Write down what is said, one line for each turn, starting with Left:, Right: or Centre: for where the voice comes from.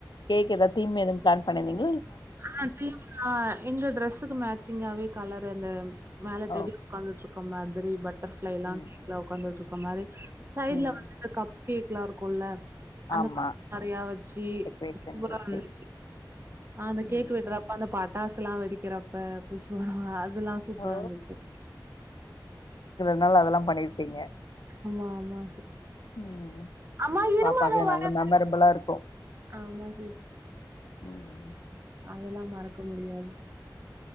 Left: கேக்கு எதா தீம் எதும் பிளான் பண்ணிருந்திங்
Right: ஆ கிரீம் எங்க ட்ரெஸ்ஸுக்கு மே சிங்காவே கலர் அந்த மேல டெடிக்
Left: ஓ
Right: உட்காந்துட்ருக் மாதுரி பட் எல்லாம்
Left: ம்
Right: வீட்ல உட்காந்திட்ருக் <unintelligible> சைடு்ல
Left: ம்
Right: வந்த இந்த கப் கேக்கலாம் இருக்கும்ல்ல அந்த
Left: ஆமா
Right: மாதிரி நறையா வச்சி
Left: டெக்கரேஷன்ஸ்
Right: சூப்பரா
Left: வச்சு
Right: இருந்துச்சி ஆ அந்த
Left: ம்
Right: கேக் வெட்டுறப்ப அந்த பட்டாசு எல்லாம் வெடிக்கிறப்ப புஸ்வானம் இதெல்லாம் சூப்பரா
Left: ஓ
Right: இருந்துச்சு
Left: அதனால அதெல்லாம் பண்ணிருப்பீங்க
Right: ஆமா ஆமா
Left: ம்
Right: அம்மா இரும்மா
Left: பாப்பாக்கு
Right: இதோ வரேன்
Left: நல்ல மெமரபிளா இருக்கு
Right: ஆமா சிஸ்
Left: ம்
Right: அதெல்லாம் மறக்க முடியாது